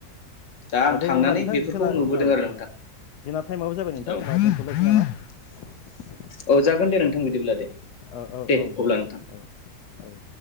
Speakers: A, on the left (about 85°); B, on the left (about 70°).
A: दा आं
B: दे
A: थांनानै
B: होमबा नोंथां
A: बेफोरखौ
B: जोंना
A: नुबोदों
B: औ
A: आरो नोंथां
B: औ जोंना टाइमावबो जाबाय नोंथां
A: औ
B: होमबा दोनथ'लायसै नामा?
A: औ जागोन दे नोंथां बिदिब्ला दे
B: औ औ औ दे
A: अब्ला नोंथां
B: औ औ दे